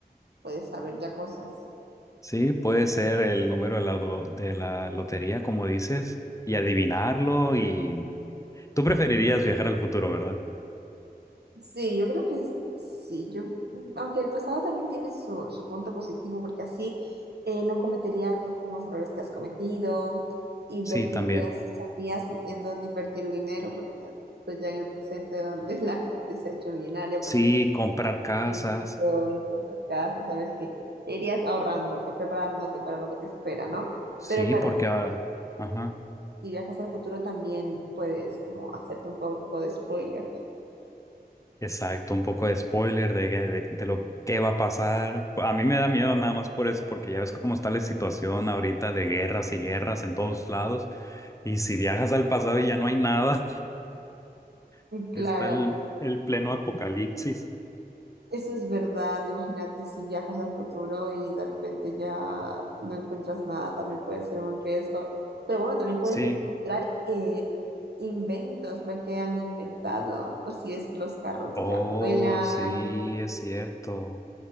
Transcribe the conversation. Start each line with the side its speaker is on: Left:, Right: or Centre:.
Right: puedes saber ya cosas.
Left: sí, puede ser el número de la, lo- de la lotería, como dices, y adivinarlo y tú preferirías viajar al futuro, ¿verdad?
Right: Sí, yo creo que es- sí, yo, aunque el pasado también tiene su, su punto positivo, porque así eh, no cometerías los mismos errores que has cometido, invertirías,
Left: Sí, también.
Right: sabrías en dónde invertir el dinero, porque has visto ya en el presente donde <laughs> la gente se ha hecho millonaria,
Left: Sí,
Right: por ejemplo,
Left: comprar casas.
Right: en Bitcoin, comprar casas, sabes que te irías ahorrando, pre- preparándote para lo que te espera, ¿no?
Left: Sí,
Right: Pero claro,
Left: porque ah, ajá.
Right: si viajas al futuro también puedes como hacerte un poco de spoiler.
Left: Exacto, un poco de spoiler de, de, de lo que va a pasar. A mí me da miedo nada más por eso, porque ya ves cómo está la situación ahorita de guerras y guerras en todos lados. Y si viajas al pasado y ya no hay nada, <laughs>
Right: Claro,
Left: está el, el pleno apocalipsis.
Right: Eso es verdad, imagínate si viajas al futuro y de repente ya no encuentras nada, también puede ser un riesgo. Pero bueno, también puedes
Left: Sí.
Right: encontrar eh, inventos, ver qué han inventado, o si es que los carros
Left: Oh,
Right: ya vuelan,
Left: sí, es cierto.